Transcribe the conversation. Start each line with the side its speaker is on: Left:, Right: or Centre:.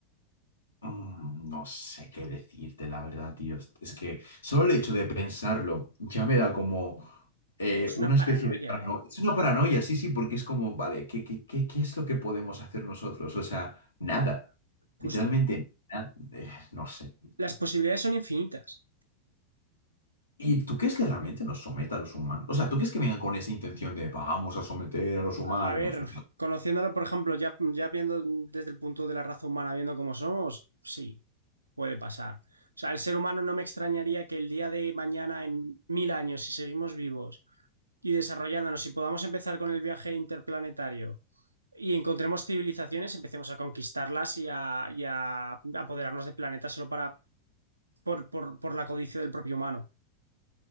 Left: Mm, No sé qué decirte, la verdad, tío. Es que solo el hecho de pensarlo ya me da como eh,
Right: Es
Left: una
Right: una
Left: especie
Right: paranoia,
Left: de paranoia.
Right: eh.
Left: Es una paranoia, sí, sí, porque es como, vale, ¿qué, qué, qué, qué es lo que podemos hacer nosotros? O sea, nada. Literalmente,
Right: Justo.
Left: nada. eh, no sé.
Right: Las posibilidades son infinitas.
Left: ¿Y tú crees que realmente nos someta a los humanos? O sea, ¿tú crees que vengan con esa intención de vamos a someter a los humanos?
Right: A ver,
Left: O sea,
Right: conociéndolo, por ejemplo, ya, ya viendo desde el punto de la raza humana, viendo cómo somos, sí, puede pasar. O sea, el ser humano no me extrañaría que el día de mañana, en mil años, si seguimos vivos y desarrollándonos, si podamos empezar con el viaje interplanetario y encontremos civilizaciones, empecemos a conquistarlas y a, y a apoderarnos de planetas solo para, por, por, por la codicia del propio humano.